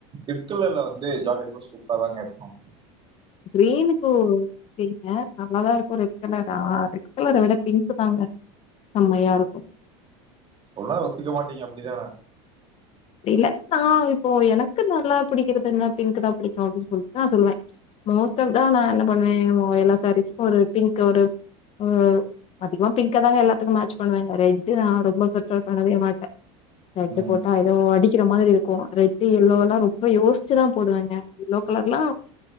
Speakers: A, on the right; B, on the left.
A: ரெட்கலர்ல வந்து ஜாக்கெட் ப்ளவுஸ் சூப்பரா தாங்க இருக்கும்
B: கிரீனுக்கு <unintelligible> நல்லாதான் இருக்கும் ரெட் கலரா ரெட் கலர விட பிங்க்கூ தாங்க செம்மையா இருக்கும்
A: சொன்னா ஒத்துக்க மாட்டீங்க அப்டிதானே
B: அப்டில்ல நா இப்போ எனக்கு நல்லா பிடிக்கறது என்ன பிங்க் தா பிடிக்கும் அப்டின்னு சொல்ட்டு நா சொல்லுவே மோஸ்ட்டா தா நா என்ன ப ம் ஓ எல்லா சாரீஸுக்கும் ஒரு பிங்க் ஒரு <unintelligible> மாத்திக்கலா பீக்கதாங்க எல்லாத்துக்கும் மேட்ச் பண்ணுவே ரெட்ட ரொம்ப ரஃபர் பண்ணவே மாட்டே ரெட்டு
A: ம்
B: போட்டா அது ஏதோ அடிக்கிற மாதிரி இருக்கும் ரெட் எல்லோலா ரொம்ப யோசிச்சி தா போடுவேங்க எல்லோ கலர்லாம்